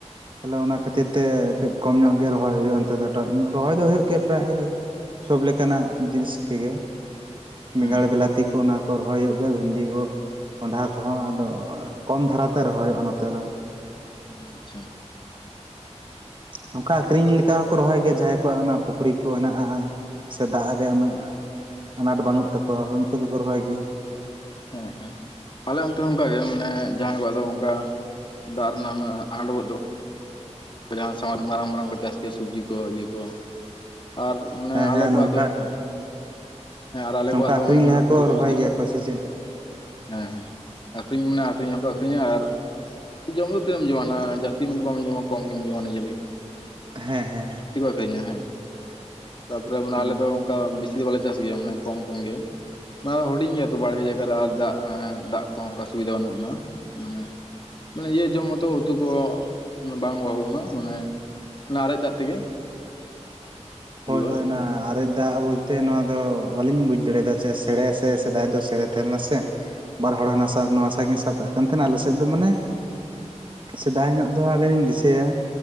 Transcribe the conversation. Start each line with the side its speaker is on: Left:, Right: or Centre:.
Right: ᱛᱟᱦᱚᱞᱮ ᱚᱱᱟ ᱠᱷᱟᱛᱤᱨ ᱛᱮᱼᱼ ᱠᱟᱹᱡ ᱠᱚᱢ ᱧᱚᱜ ᱜᱮ ᱨᱚᱦᱚᱭ ᱦᱩᱭᱩᱜ-ᱟ ᱱᱚᱛᱮ ᱫᱚ ᱴᱚᱜ ᱨᱚᱦᱚᱭ ᱫᱚ ᱦᱩᱭᱩᱜ ᱜᱮᱭᱟ ᱯᱨᱟᱭᱼᱼ ᱥᱳᱵᱽ ᱞᱮᱠᱟ ᱱᱟᱜ ᱡᱤᱱᱤᱥ ᱠᱚᱜᱮ
Left: ᱦᱮᱸ
Right: ᱵᱮᱸᱜᱟᱲ ᱵᱮᱞᱟᱛᱤ ᱠᱚ ᱚᱱᱟᱼᱼ ᱠᱚ ᱨᱚᱦᱚᱭ ᱦᱩᱭᱩᱜ ᱜᱮᱭᱟ ᱵᱷᱤᱱᱰᱤ ᱠᱚ ᱠᱚᱸᱰᱷᱦᱟ ᱠᱚ ᱦᱚᱸ ᱟᱫᱚ ᱚᱻ ᱠᱚᱢ ᱫᱷᱟᱨᱟ ᱛᱮ ᱨᱚᱦᱚᱭᱚᱜ-ᱟ ᱱᱚᱛᱮ ᱫᱚ᱾
Left: ᱩᱸᱻ ᱟᱪᱪᱷᱟ᱾
Right: ᱱᱚᱠᱟ ᱟᱠᱷᱨᱤᱧ ᱞᱮᱠᱟ ᱦᱚᱸᱠᱚ ᱨᱚᱦᱚᱭ ᱜᱮᱭᱟ ᱡᱟᱦᱟᱸᱭ ᱠᱚᱣᱟᱜ ᱚᱱᱟ ᱯᱩᱠᱷᱨᱤ ᱠᱚ ᱦᱮᱱᱟᱜ-ᱟ ᱥᱮ ᱫᱟᱜ ᱨᱮᱭᱟᱜ ᱩᱱᱟᱹᱜᱼᱼ ᱟᱱᱟᱴ ᱵᱟᱱᱩᱜ ᱛᱟᱠᱚᱣᱟ ᱦᱳᱭ ᱩᱱᱠᱩ ᱫᱚᱠᱚ ᱨᱚᱦᱚᱭ ᱜᱮᱭᱟ᱾
Left: ᱦᱮᱸ ᱦᱮᱸ ᱟᱞᱮ ᱚᱱᱛᱮ ᱦᱚᱸ ᱚᱱᱠᱟ ᱜᱮ ᱢᱟᱱᱮ ᱡᱟᱦᱟᱸᱭ ᱠᱚᱣᱟᱜ ᱫᱚ ᱚᱱᱠᱟᱼᱼ ᱫᱟᱜ ᱨᱮᱱᱟᱜ ᱩᱱᱟᱹᱜ‌ ᱟᱱᱟᱴ‌ ᱵᱟᱹᱱᱩᱜ ᱛᱟᱠᱚᱼᱼ ᱡᱟᱦᱟᱸ ᱥᱟᱶᱟᱨ ᱢᱟᱨᱟᱝ ᱢᱟᱨᱟᱝ ᱠᱚ ᱪᱟᱥ ᱜᱮᱭᱟ ᱥᱩᱵᱽᱡᱤ ᱠᱚ ᱤᱭᱟᱹ ᱠᱚ ᱟᱨ ᱢᱟᱱᱮ
Right: ᱦᱮᱸ
Left: ᱟᱞᱮ
Right: ᱦᱮᱸ
Left: ᱠᱚᱣᱟᱜ
Right: ᱱᱚᱝᱠᱟ
Left: ᱫᱚ ᱦᱮᱸ᱾ ᱦᱮᱸ ᱟᱨ ᱟᱞᱮ
Right: ᱱᱚᱝᱠᱟ
Left: ᱠᱚᱣᱟᱜ ᱫᱚ
Right: ᱟᱠᱷᱨᱤᱧ
Left: ᱢᱟᱱᱮ
Right: ᱞᱟᱦᱟ
Left: ᱦᱩᱰᱤᱧ
Right: ᱠᱚ ᱨᱚᱦᱚᱭ
Left: ᱜᱮᱞᱮ ᱪᱟᱥᱟ᱾
Right: ᱜᱮᱭᱟ ᱠᱚ ᱥᱮ ᱪᱮᱜ᱾
Left: ᱮᱸ ᱟᱠᱷᱨᱤᱧ ᱢᱟᱱᱮ ᱟᱠᱷᱨᱤᱧ ᱦᱚᱸ ᱠᱚᱼᱼ ᱟᱹᱠᱷᱨᱤᱧᱟ ᱟᱨ ᱡᱚᱢ ᱫᱚ ᱛᱤᱱᱟᱹᱜ ᱡᱚᱢᱟ ᱱᱟᱦᱟᱸᱜ ᱡᱟᱹᱥᱛᱤ ᱢᱟᱛᱚ ᱵᱟᱢ ᱡᱚᱢᱟ ᱠᱚᱢ ᱜᱮᱢ ᱡᱚᱢᱟ ᱚᱱᱮ‌ ᱱᱤᱡᱮᱨ ᱞᱟᱹᱜᱤᱜ᱾
Right: ᱦᱮᱸ ᱦᱮᱸ ᱦᱮᱸ
Left: ᱛᱤ ᱠᱚ ᱟᱠᱷᱨᱤᱧᱟ ᱦᱮᱸ ᱛᱟᱨᱯᱚᱨᱮ ᱢᱟᱱᱮ
Right: ᱦᱩᱸ
Left: ᱟᱞᱮ ᱫᱚ ᱚᱱᱠᱟ ᱵᱤᱥᱤᱼᱼ ᱫᱚ ᱵᱟᱞᱮ‌ ᱪᱟᱥ ᱜᱮᱭᱟ ᱢᱟᱱᱮ ᱠᱚᱢ ᱠᱚᱢ ᱜᱮ᱾ ᱵᱟ ᱟᱫᱚ ᱦᱩᱰᱤᱧ ᱜᱮᱭᱟ ᱛᱚ ᱵᱟᱲᱜᱮ ᱡᱟᱭᱜᱟ ᱨᱮ ᱟᱨ ᱫᱟᱜ‌ ᱦᱮᱸ‌ ᱫᱟᱜ ᱠᱚᱦᱚᱸ ᱚᱱᱠᱟ ᱥᱩᱵᱤᱫᱟ ᱵᱟᱹᱱᱩᱜ ᱟᱱᱟ ᱢᱟᱱᱮᱼᱼ ᱢᱟᱱᱮ ᱤᱭᱟᱹ ᱡᱚᱢ ᱢᱚᱛᱚ ᱩᱛᱩ ᱠᱚ ᱚᱱᱮ ᱵᱟᱝ ᱵᱚᱦᱩᱜ ᱩᱱᱟᱹᱜ ᱢᱟᱱᱮᱼᱼ ᱚᱱᱮ ᱟᱨᱮᱡ ᱫᱟᱜ ᱛᱮᱜᱮ᱾
Right: ᱦᱳᱭ
Left: ᱦᱩᱭᱩᱜᱼᱟ
Right: ᱦᱳᱭ ᱚᱱᱟ ᱟᱨᱮᱡ ᱫᱟᱜ ᱵᱚᱞᱼᱼ ᱛᱮ ᱱᱚᱣᱟ ᱫᱚ ᱵᱟᱞᱤᱧ ᱵᱩᱡᱽ ᱫᱟᱲᱮ ᱭᱟᱫᱟ ᱪᱮ ᱥᱮᱲᱮ ᱥᱮ ᱥᱮᱫᱟᱭ ᱫᱚ ᱥᱮᱲᱮ ᱛᱮᱦᱮᱸ ᱞᱮᱱᱟ ᱥᱮ᱾ ᱵᱟᱨ ᱦᱚᱲ ᱦᱟᱱᱟ ᱥᱟ ᱱᱚᱣᱟ ᱥᱟ ᱠᱤᱱ ᱥᱟᱵ ᱠᱟᱜ ᱠᱟᱱ ᱛᱟᱦᱮᱱᱟ ᱟᱞᱮ ᱥᱮᱫ ᱫᱚ ᱢᱟᱱᱮ ᱥᱮᱫᱟᱭ ᱧᱚᱜ ᱫᱚ ᱟᱞᱤᱧ ᱞᱤᱧ ᱫᱤᱥᱟᱹᱭᱟ᱾